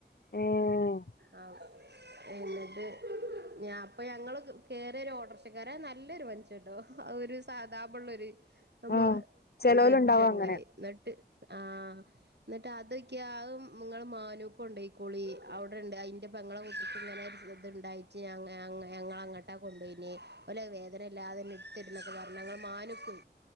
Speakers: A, on the left (about 65°); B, on the right (about 75°).
A: ഏഹ്
B: ആഹ് എന്നിട്ട് ഞാൻ അപ്പൊ ഞങ്ങള് കേറിയൊരു ഓട്ടോർഷക്കാരൻ നല്ലൊരു മുനഷ്യൻട്ടോ അത് ഒരു സാദാപോലെ ഉള്ളൊരു അമ്മ
A: ആഹ് ചെലോലുണ്ടാവും
B: ഉള്ളൊരു ചങ്ങായി
A: അങ്ങനെ
B: എന്നിട്ട് ആഹ് എന്നിട്ട് അതൊക്കെ ആഹ് നിങ്ങള് മാനൂക്ക് കൊണ്ടോയിക്കോളി അവിടൊണ്ട് അതിന്റെ പെങ്ങളെ കുട്ടിക്ക് ഇങ്ങനെ ഇതുണ്ടായിട്ട് ഞ ഞങ്ങ ഞങ്ങളങ്ങട്ടാ കൊണ്ടോയിന് ഓല് വേദനയില്ലാതെ തന്നെ എടുത്തിരുന്നൊക്കെ പറഞ്ഞ് ഞങ്ങൾ മാനുക്കു